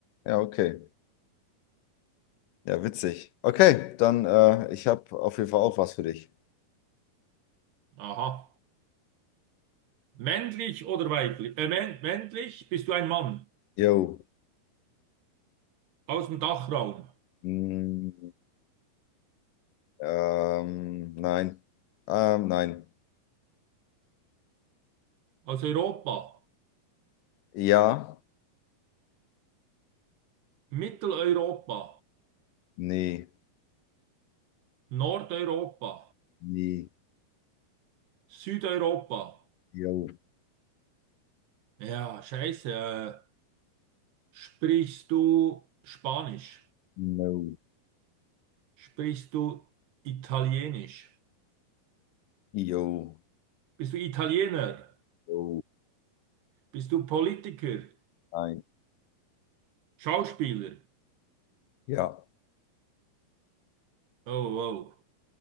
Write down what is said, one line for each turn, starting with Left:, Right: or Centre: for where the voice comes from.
Left: Ja, okay. Ja, witzig. Okay, dann äh, ich habe auf jeden Fall auch was für dich.
Right: Aha. Männlich oder weiblich? Äh, män- männlich bist du ein Mann.
Left: Jo.
Right: Aus dem Dachraum.
Left: Mm. Ähm, nein. Ähm, nein.
Right: Aus Europa.
Left: Ja.
Right: Mitteleuropa.
Left: Nee.
Right: Nordeuropa.
Left: Nee.
Right: Südeuropa.
Left: jo,
Right: Ja, scheiße. Äh, sprichst du Spanisch?
Left: No.
Right: Sprichst du Italienisch?
Left: jo,
Right: Bist du Italiener?
Left: jo,
Right: Bist du Politiker?
Left: Nein.
Right: Schauspieler?
Left: Ja.
Right: Oh, wow.